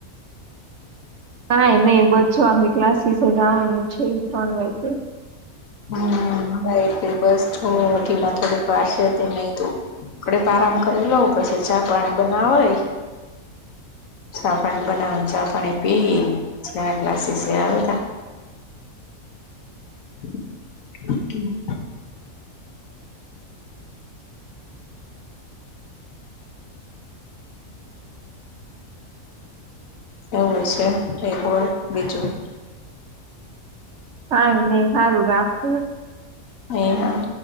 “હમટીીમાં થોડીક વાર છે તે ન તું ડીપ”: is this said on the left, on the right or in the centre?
Left